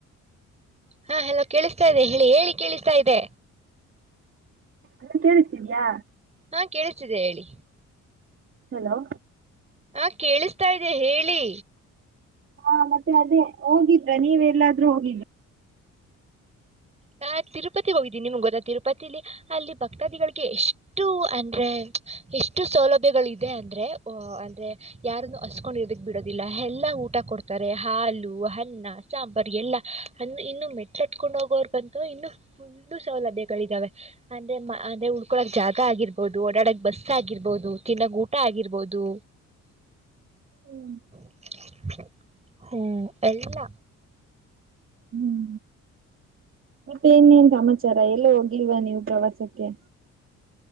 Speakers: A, on the right; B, on the right.
A: ಹಾ ಹಲೋ ಕೇಳಿಸ್ತಾ ಇ್ದದೆ ಹೇಳಿ ಹೇಳಿ ಕೇಳಿಸ್ತಾ ಇದೆ
B: ಅದ ಕೇಳಿಸಿದ್ಯಾ
A: ಹಾ ಕೇಳಿಸ್ತಿದೆ ಹೇಳಿ
B: ಹಲೋ
A: ಹಾ ಕೇಳಿಸ್ತಾ ಇದ್ದೆ ಹೇಳಿ
B: ಹಾ ಮತ್ತೆ ಅದೇ ಹೋಗಿದ್ರ ನೀವೆ ಎಲ್ಲಾದ್ರೂ ಹೋಗಿಲ್ಲ
A: ನಾ ತಿರುಪತಿಗ್ ಹೋಗಿದ್ದೀನಿ ನಿಮ್ಗ್ ಗೊತ್ತಾ ತಿರುಪತಿಲಿ ಅಲ್ಲಿ ಭಕ್ತಾದಿಗಳಿಗೆ ಎಷ್ಟು ಅಂದ್ರೆ ಎಷ್ಟು ಸೌಲಭ್ಯಗಳ ಇದೆ ಅಂದ್ರೆ ಅಂದ್ರೆ ಯಾರನ್ನು ಹಸ್ಕೊಂಡಿರೋದಕ್ ಬಿಡೋದಿಲ್ಲ ಎಲ್ಲಾ ಊಟ ಕೊಡ್ತಾರೆ ಹಾಲು ಅನ್ನ ಸಾಂಬಾರ್ ಎಲ್ಲಾ ಅ ಇನ್ನು ಮೆಟ್ಲಟ್ಕೊಂಡು ಬಂತು ಇನ್ನು ಫುಲ್ಲು ಸೌಲಭ್ಯಗಳಿದಾವೆ ಅಂದ್ರೆ ಅಂದ್ರೆ ಉಳ್ಕೊಳಕ್ ಜಾಗ ಆಗಿರ್ಬೋದು ಓಡಾಡಕ್ ಬಸ್ ಆಗಿರ್ಬೋದು ತಿನ್ನಕ್ ಊಟ ಆಗಿರ್ಬೋದು
B: ಹ್ಮ್
A: <inaudible> ಹ್ಮ್ ಎಲ್ಲ
B: ಹ್ಮ್ ಮತ್ತೆ ಇನ್ನೇನ್ ಸಮಾಚಾರ ಎಲ್ಲ ಹೋಗಿಲ್ವಾ ನೀವು ಪ್ರವಾಸಕ್ಕೆ